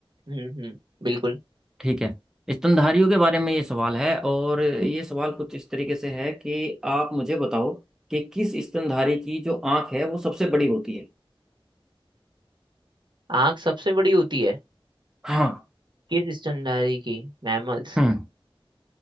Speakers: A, on the right (about 55°); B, in the centre.
A: हम्म हम्म बिल्कुल
B: ठीक है स्तनधारियों के बारे में ये सवाल है और ये सवाल कुछ इस तरीके से है कि आप मुझे बताओ कि किस स्तनधारी की जो आंख है वो सबसे बड़ी होती है
A: आंख सबसे बड़ी होती है
B: हाँ
A: किस स्तनधारी की मैमल्स
B: हम्म